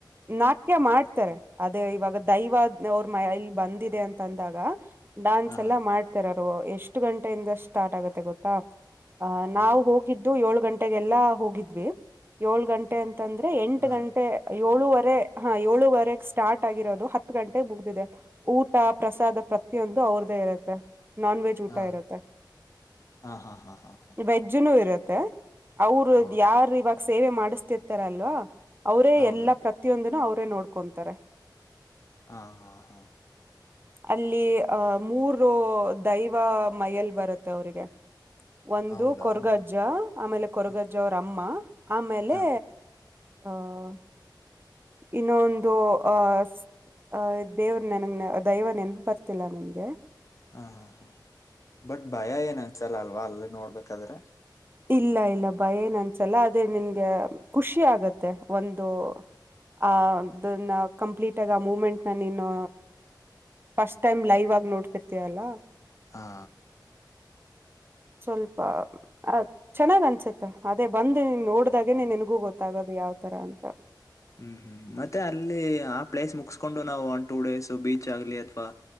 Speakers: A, on the right; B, on the left.
A: ನಾಟ್ಯ ಮಾಡ್ತಾರೆ ಅದೇ ಇವಾಗ ದೈವ ಅವ್ರ ಮೈ ಇಲ್ಲಿ ಬಂದಿದೆ ಅಂತಾದಾಗ ಡಾನ್ಸ್
B: ಹಾ
A: ಎಲ್ಲಾ ಮಾಡ್ತಾರೇ ಎಷ್ಟು ಗಂಟೆಯಿಂದ ಸ್ಟಾರ್ಟ್ ಆಗತ್ತೆ ಗೊತ್ತಾ ಆ ನಾವು
B: ಹಾ
A: ಹೋಗಿದ್ದು ಏಳು ಗಂಟೆಗೆಲ್ಲಾ ಹೋಗಿದ್ದು ಹೋಗಿದ್ವಿ ಏಳು ಗಂಟೆ ಅಂತ ಅಂತದ್ರೆ ಎಂಟು
B: ಹಾ
A: ಗಂಟೆ ಏಳುವರೆ ಹಾ ಏಳುವರೆ ಸ್ಟಾರ್ಟ್ ಆಗಿರೋದು ಹತ್ ಗಂಟೆಗೆ ಮುಗ್ದಿದೆ ಊಟ ಪ್ರಸಾದ ಪ್ರತಿಯೊಂದು ಅವ್ರ್ದೇ ಇರುತ್ತೆ ನಾನ್ ವೆಜ್ ಊಟ
B: ಹಾ
A: ಇರುತ್ತೆ
B: ಹಾ ಹಾ ಹಾ ಹಾ ಹಾ
A: ವೆಜ್ನು ಇರುತ್ತೆ ಇರುತ್ತೆ ಅವ್ರು
B: ಹೌದಾ
A: ಯಾರ್ ಇವಾಗ ಸೇವೆ ಮಾಡಿಸ್ತಿರ್ತಾರ್ ಅಲ್ವಾ ಅವ್ರೇ
B: ಹೌದು
A: ಎಲ್ಲಾ ಪ್ರತಿಯೊಂದನು ನೋಡ್ಕೊಂತರೆ
B: ಹಾ ಹಾ ಹಾ
A: ಅಲ್ಲಿ ಆಹ್ ಮೂರು ದೈವ ಮೈಯಲ್ ಬರುತ್ತೆ ಅವ್ರಿಗೆ ಒಂದು
B: ಹೌದಾ
A: ಕೊರ್ಗಜ್ಜ,
B: ನಾಲ್ಕು.
A: ಆಮೇಲೆ ಕೊರ್ಗಜ್ಜ
B: ಹಾ
A: ತಮ್ಮ ಆಮೇಲೆ
B: ಹಾ
A: ಅಹ ಇನ್ನೊಂದು ಅಹ್ ಅಹ್ ದೇವ್ರ್ ನೆನಗ್ ದೈವ ನೆನಪ್ ಬರ್ತಿಲ್ಲ ನಂಗೆ
B: ಹಾ ಹಾ ಹಾ ಬಟ್ ಭಯ ಏನ್ ಅನ್ಸಲ್ಲ ಅಲ್ವಾ ಅಲ್ ನೋಡ್ಬೇಕಾದ್ರೆ?
A: ಇಲ್ಲ ಇಲ್ಲ ಭಯ ಏನ್ ಅನ್ಸಲ್ಲ ಅದೇ ನಿನ್ಗೆ ಖುಷಿ ಆಗತ್ತೆ ಒಂದು ಅ ದನ್ನ ಕಂಪ್ಲೀಟಗ್ ಆ ಮೂಮೆಂಟ್ನ ನೀನು ಫಸ್ಟ್ ಟೈಮ್ ಲೈವ್ ಆಗ್ ನೋಡ್ತಿರ್ತಯಲ್ಲ
B: ಹಾ
A: ಸ್ವಲ್ಪ ಆ ಚನ್ನಾಗ್ ಅನ್ಸುತ್ತೆ ಅದೇ ನೋಡದ್ ನೆನೆ ನಿನ್ಗೂ ಗೊತ್ತಾಗದ್ ತರ ಅಂತ
B: ಹ್ಮ್ ಹ್ಮ್ ಮತ್ತೆ ಅಲ್ಲಿ ಆ ಪ್ಲೇಸ್ ಮುಗ್ಸ್ಕೊಂಡು ನಾ್ ಒಂದ್ ಟೂ ಡೇಸ್ ಬೀಚ್ ಆಗ್ಲಿ ಅಥವಾ